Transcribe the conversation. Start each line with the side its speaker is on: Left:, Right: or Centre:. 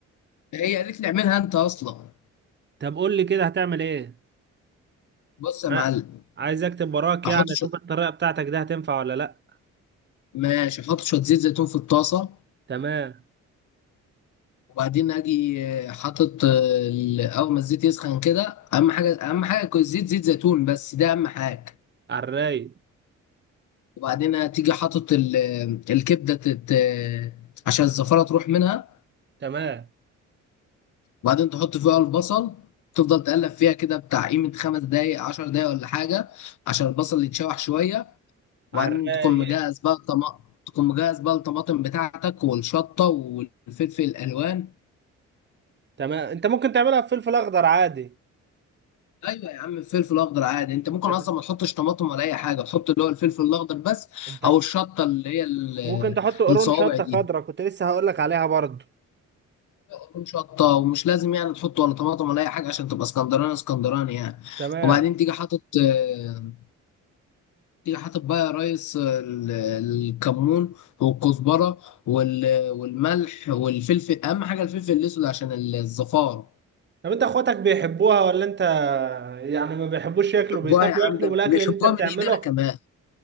Left: هي قالت لي اعملها انت اصلا
Right: طب قول لي كده هتعمل ايه
Left: بص يا
Right: ما
Left: معلم
Right: عايز اكتب وراك يعني
Left: احط
Right: اشوف
Left: شويه
Right: الطريقه بتاعتك دي هتنفع ولا لا
Left: ماشي احط شويه زيت زيتون في الطاسه
Right: تمام
Left: وبعدين اجي آه، حاطط آه، ال- اول ما الزيت يسخن كده اهم حاجه اهم حاجه يكون الزيت زيت زيتون بس ده اهم حاجه
Right: على الرايق
Left: وبعدين تيجي حاطط ال- آه، الكبده تت... آه، عشان الزفره تروح منها
Right: تمام
Left: وبعدين تحط فيها البصل تفضل تقلب فيها كده بتاع قيمه خمس دقايق عشر دقايق ولا حاجه عشان البصل يتشوح شويه وبعدين
Right: على الرايق
Left: تكون مجهز بقى الطماطم تكون مجهز بقى الطماطم بتاعتك والشطة والفلفل الألوان
Right: تمام انت ممكن تعملها بفلفل اخضر عادي
Left: أيوة يا عم الفلفل الأخضر عادي أنت
Right: انت
Left: ممكن
Right: ف-
Left: أصلا ما تحطش طماطم ولا أي حاجة تحط اللي هو الفلفل الأخضر بس
Right: انت
Left: أو الشطة اللي هي ال-
Right: ممكن تحط قرون
Left: الصوابع
Right: شطه
Left: دي
Right: خضراء كنت لسه هقول لك عليها برضه
Left: تكون شطة ومش لازم يعني تحط ولا طماطم ولا أي حاجة عشان تبقى اسكندراني اسكندراني يعني
Right: تمام
Left: وبعدين تيجي حاطط آه، تيجي حاطط بقى يا ريس آه، ال- الكمون والكزبرة وال- والملح والفلفل أهم حاجة الفلفل الأسود عشان الزفار
Right: طب انت اخواتك بيحبوها ولا انت يعني ما بيحبوش ياكلوا
Left: بيحبوها
Right: بيخافوا
Left: يا عم
Right: ياكلوا
Left: ده
Right: من الاكل
Left: بيحبوها
Right: اللي انت بتعمله
Left: من ايدي انا كمان